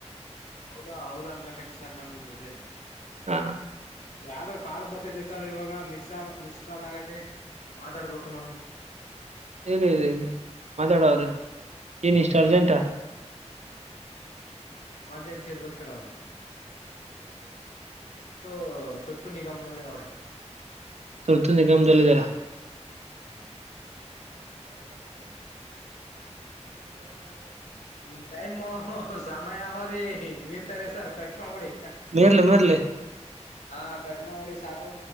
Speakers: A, on the left (about 85°); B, on the right (about 65°).
A: ಹೌಲಾ ಹೌಲಾ ಅನ್ಬೇಕಾಯ್ತು ಸರ್ ನಾನ್ ನಿಮ್ ಜೋತೆ
B: ಹಾ <inaudible>
A: ಯಾವ್ದೋ ಕಾಲ್ ಬತ್ತೈತೇ ಸರ್ ಇವಾಗ <unintelligible> ಮಿಸಾ ಮಿಸಕಾಲಾಗ <unintelligible> ಮಾತಾಡ್ಬೇಕು ನಾನು <unintelligible>
B: ಇದೆ ಇದೆ ಇ <unintelligible> ಮಾತಾಡ ಅವರು <unintelligible> ಎನ್ ಈಷ್ಟರ್ಜೆಂಟ
A: ಹ
B: <unintelligible>
A: ಎಮರ್ಜೆನ್ಸಿ ಇರ್ಬೇಕು ಸರ್ ಅವರು <unintelligible> <inaudible> ತರ್ತು ನಿಗಮನಲ್ಲನೋಣೆ <unintelligible>
B: ತರ್ತು ನಿಗಮ ದಲ್ಲ ಇದಲ <unintelligible>
A: ಹಾ <unintelligible> ನಿನ್ ಟೇಮ್ಯು <unintelligible> ಮ ಅವ ಮರ್ತಾರೆ ಸರ್ ಕಟ್ ಮಾಡಬುಡಿ
B: ಮೇರ್ಲೆ ಮೇರ್ಲೆ <unintelligible>
A: ಹಾ ಕಟಮಾಡಿಬಿಡಿ ಸಾಕು